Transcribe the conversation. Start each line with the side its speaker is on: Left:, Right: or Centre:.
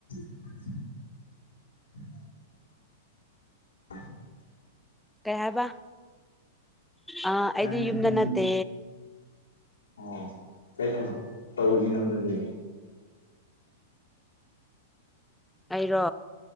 Left: <unintelligible> <unintelligible>
Centre: ꯀꯩ ꯍꯥꯏꯕ ꯑꯥ ꯑꯩꯗꯤ
Left: ꯅꯪ
Centre: ꯌꯨꯝꯗ
Left: ꯅꯪꯗꯤ
Centre: ꯅꯠꯇꯦ
Left: ꯑꯣ ꯀꯩ ꯊꯕꯛ ꯇꯧꯔꯤꯅꯣ ꯑꯗꯨꯗꯤ
Centre: ꯑꯩꯔꯣ